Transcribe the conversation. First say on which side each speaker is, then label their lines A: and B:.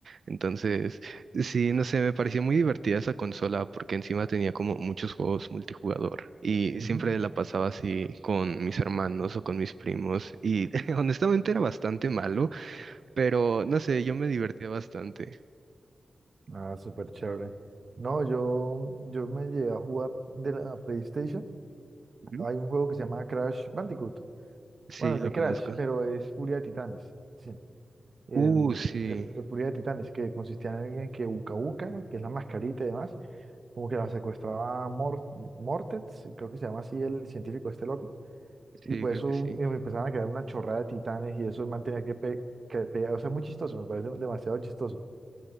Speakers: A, on the right; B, on the right.
A: Entonces, sí, no sé, me parecía muy divertida esa consola porque encima tenía como muchos juegos multijugador y
B: Ujú.
A: siempre la pasaba así con mis hermanos o con mis primos y <laughs> honestamente era bastante malo, pero no sé, yo me divertía bastante.
B: Ah, súper chévere. No, yo, yo me llegué a jugar de la PlayStation.
A: Ujú.
B: Hay un juego que se llama Crash Bandicoot.
A: Sí,
B: Bueno, de
A: lo conozco.
B: Crash, pero es Furia de Titanes. Sí. El,
A: Uh, sí,
B: el el Furia de Titanes, que consistía en que Uka Uka, que es la mascarita y demás, como que la secuestraba Mor Mortex, creo que se llama así el científico este loco,
A: sí,
B: y pues
A: creo
B: eso
A: que sí.
B: y empezaban a crear una chorrada de titanes y eso el man tenía que, pe que pe, O sea, es muy chistoso, me parece demasiado chistoso.